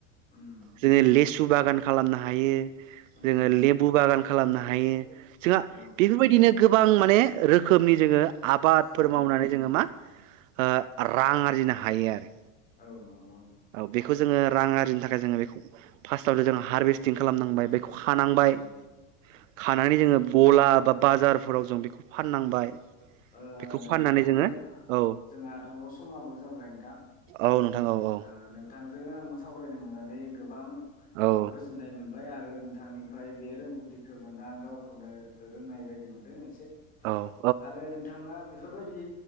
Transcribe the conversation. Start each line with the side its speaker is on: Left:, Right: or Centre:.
Left: उम
Right: जो बागोन खालामनो हायो
Left: उम
Right: जोङो लेबु बागान खालामनो हायो जोंहा
Left: औ
Right: बेफोरबायदिनो गोबां माने रो रोखोमनि जोङो आबादफोर
Left: औ
Right: मावनानै जोङो मा ओ रां आरजिनो हायो आरो
Left: औ औ
Right: औ बे जोङो रां आरजि थाखाय बेखौ फार्सताआव जोन हारभेस्टिं खालामनांबाय बे खानांबाय
Left: उम
Right: खानानै जोङो गला बा बाजारफोराव जों बेखौ फाननांबाय
Left: ओ
Right: बेखौ
Left: नोंथां
Right: फाननानै जोङो
Left: जों
Right: औ
Left: जोंहाथ' समाबो जाबाय नोंथां
Right: औ नोंथां औ औ
Left: ओ नों थांजों आं सावरायनो मोननानै गोबां
Right: औ
Left: गोजोननाय मोनबाय आरो थांनिफ्राय बे स्कुटिखौ मोना आं गावखौनो रोंनाय बायदि मोनदों जों एसे
Right: औ
Left: आरो नोंथाङा बेफोरबायदि